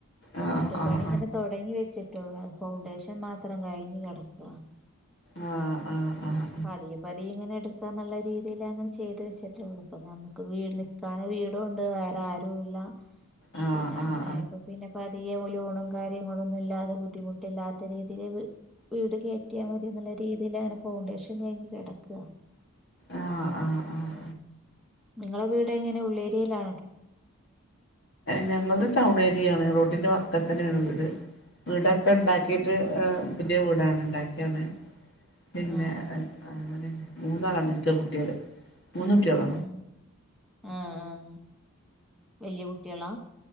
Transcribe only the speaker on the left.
ആഹ്
ആഹ്
ആഹ് ആഹ് ആഹ്
ആഹ്
ആഹ് ആഹ്
ആഹ്
ആ ഹ് ആഹ് ആഹ്
ഞങ്ങൾ ത് ടൗൺ ഏരിയ ആണ് റോഡിന്റെ വക്കത്ത് തന്നെയാണ് വീട് വീടൊക്കെ
ഇണ്ടാക്കിയിട്ട് ങ് പുതിയ വീടാണ് ഇണ്ടാക്കിയാണ് പിന്നെ
അങ്ങനെ മൂന്നാളാണ് ഇന്റെ കുട്ട്യള് മൂന്ന് കുട്ടിയളോ